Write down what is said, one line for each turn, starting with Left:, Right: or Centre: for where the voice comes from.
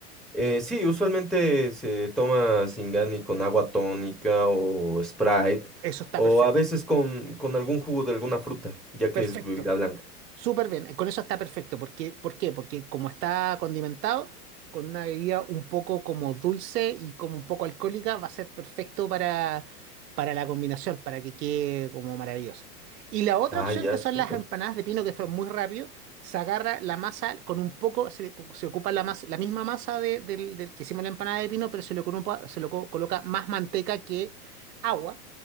Centre: Eh, sí, usualmente se toma Singani con agua tónica o Sprite,
Right: Eso está
Centre: o
Right: perfecto.
Centre: a veces con, con algún jugo de alguna fruta, ya que
Right: Perfecto.
Centre: es bebida blanca.
Right: Súper bien, eh, con eso está perfecto. Porque, ¿por qué? Porque como está condimentado, con una bebida un poco como dulce y como un poco alcohólica, va a ser perfecto para, para la combinación, para que quede como maravilloso. Y la otra
Centre: Ah,
Right: opción
Centre: ya,
Right: que son
Centre: súper.
Right: las empanadas de pino, que son muy rápido, se agarra la masa con un poco, se, se ocupa la masa, la misma masa de- del, del que hicimos la empanada de pino, pero se le, ocupa- se le co- coloca más manteca que agua